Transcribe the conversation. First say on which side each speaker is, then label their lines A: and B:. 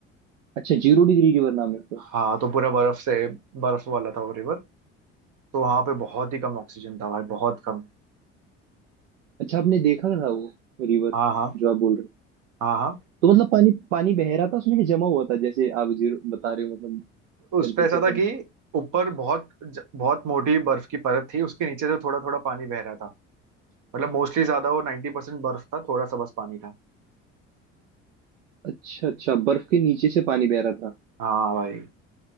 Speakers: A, on the right; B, on the right.
A: अच्छा जीरो डिग्री रिवर नाम है उसका
B: हाँ तो पूरा बर्फ से बर्फ वाला था वो रिवर तो वहां पे बहुत ही कम ऑक्सीजन था भाई बहुत कम
A: अच्छा आपने देखा था वो रिवर
B: हाँ हाँ
A: जो आप बोल रहे हो
B: हाँ हाँ
A: तो मतलब पानी पानी बह रहा था उसमें जमा हुआ था जैसे आप जीरो बता रहे हो मतलब
B: उस
A: टेम्परेचर
B: पे ऐसा था
A: कम
B: कि
A: था।
B: ऊपर बहुत ज- बहुत मोटी बर्फ की परत थी उसके नीचे से थोड़ा थोड़ा पानी बह रहा था मतलब मोस्टली ज्यादा वो नाइन्टी परसेंट बर्फ था थोड़ा सा बस पानी था
A: अच्छा अच्छा बर्फ के नीचे से पानी बह रहा था
B: हाँ भाई